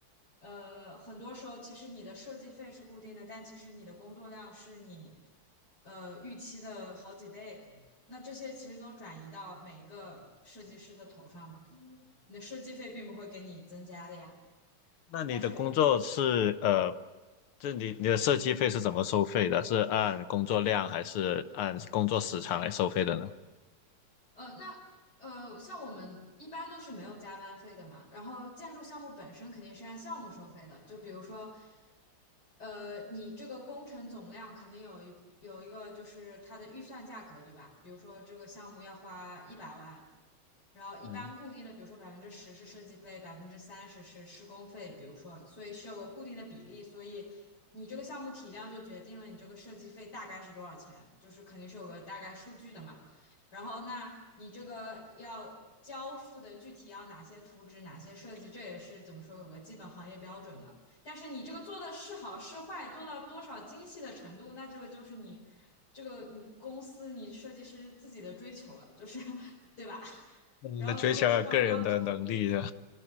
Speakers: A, on the left; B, on the left.
A: 呃，很多时候其实你的设计费是固定的，但其实你的工作量是你呃预期的好几倍。那这些其实都转移到每一个设计师的头上嘛，你的设计费并不会给你增加的呀。
B: 那你的工作是呃，
A: 但是
B: 就你你的设计费是怎么收费的？是按工作量还是按工作时长来收费的呢？
A: 呃，那呃，像我们一般都是没有加班费的嘛，然后建筑项目本身肯定是按项目收费的，就比如说，呃，你这个工程总量肯定有一部有一个就是它的预算价格，对吧？比如说这个项目要花一百万，然后一般固定的，
B: 嗯，
A: 比如说百分之十是设计费，百分之三十是施工费，比如说，所以是有个固定的比例，所以你这个项目体量就决定了你这个设计费大概是多少钱，就是肯定是有个大概数据的嘛。然后，那你这个要交付的具体要哪些图纸、哪些设计，这也是怎么说有个基本行业标准的。但是你这个做的是好是坏，做到多少精细的程度，那这个就是你这个你公司你设计师自己的追求了，就是 <laughs> 对吧？<laughs>
B: 那你的追求个人的能力的。
A: 然后如果是那种要求，